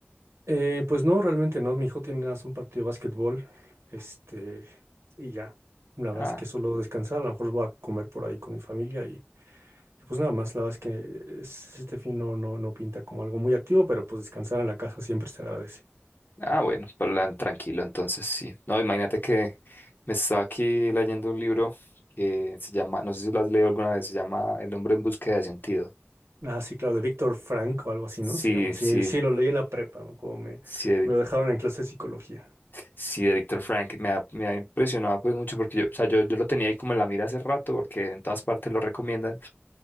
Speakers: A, on the right (about 80°); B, on the left (about 50°).
A: Eh, pues no, realmente no. Mi hijo tiene nada más un partido de básquetbol, este, y ya. La verdad
B: Ah,
A: es que solo descansar, a lo mejor voy a comer por ahí con mi familia y, y pues nada más. La verdad es que es- este fin no, no, no pinta como algo muy activo, pero pues descansar en la casa siempre se agradece.
B: ah, bueno, plan tranquilo entonces, sí. No, imagínate que me estaba aquí leyendo un libro que se llama, no sé si lo has leído alguna vez, se llama El hombre en búsqueda de sentido.
A: Ah, sí, claro, de Víctor Frank o algo así,
B: Sí,
A: ¿no? Se llama. Sí,
B: sí,
A: sí, lo leí en la prepa, ¿no? como me,
B: sí,
A: me lo dejaron en clase de psicología.
B: Sí, de Víctor Frank me ha, me ha impresionado pues mucho porque yo, o sea, yo, yo lo tenía ahí como en la mira hace rato porque en todas partes lo recomiendan,